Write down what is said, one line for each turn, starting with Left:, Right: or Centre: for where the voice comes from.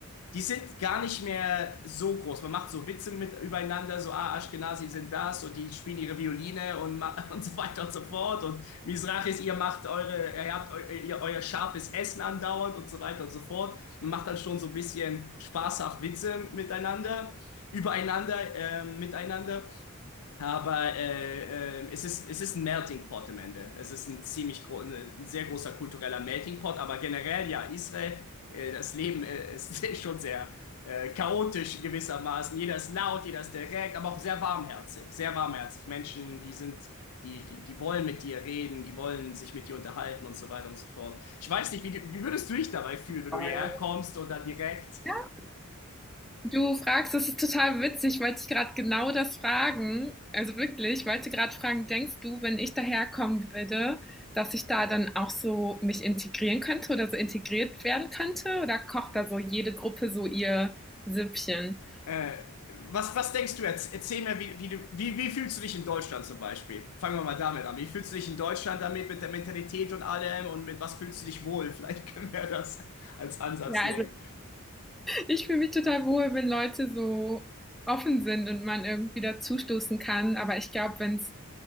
Left: die sind gar nicht mehr so groß. Man macht so Witze mit übereinander, so, ah, Ashkenazi sind das und die spielen ihre Violine und, ma- <laughs> und so weiter und so fort. Und Mizrachis, ihr macht eure, ihr habt eu, ihr, euer scharfes Essen andauernd und so weiter und so fort. Man macht dann schon so ein bisschen spaßhaft Witze miteinander, übereinander, ähm, miteinander. Aber äh, äh, es ist, es ist ein Melting Pot am Ende. Es ist ein ziemlich gro ein sehr großer kultureller Melting Pot, aber generell ja, Israel, äh, das Leben äh, ist <laughs> schon sehr äh, chaotisch gewissermaßen. Jeder ist laut, jeder ist direkt, aber auch sehr warmherzig, sehr warmherzig. Menschen, die sind, die, die, die wollen mit dir reden, die wollen sich mit dir unterhalten und so weiter und so fort. Ich weiß nicht, wie, wie würdest du dich dabei fühlen, wenn
Centre: Weil,
Left: du hierher kommst oder direkt
Centre: ja. Du fragst, das ist total witzig, ich wollte ich gerade genau das fragen. Also wirklich, ich wollte gerade fragen, denkst du, wenn ich daherkommen würde, dass ich da dann auch so mich integrieren könnte oder so integriert werden könnte? Oder kocht da so jede Gruppe so ihr Süppchen?
Left: Äh, was, was denkst du jetzt? Erzähl mir, wie, wie, du, wie, wie fühlst du dich in Deutschland zum Beispiel? Fangen wir mal damit an. Wie fühlst du dich in Deutschland damit, mit der Mentalität und allem und mit was fühlst du dich wohl? <laughs> Vielleicht können wir das als Ansatz
Centre: Ja,
Left: nehmen.
Centre: also ich fühle mich total wohl, wenn Leute so offen sind und man irgendwie dazustoßen kann. Aber ich glaube, wenn es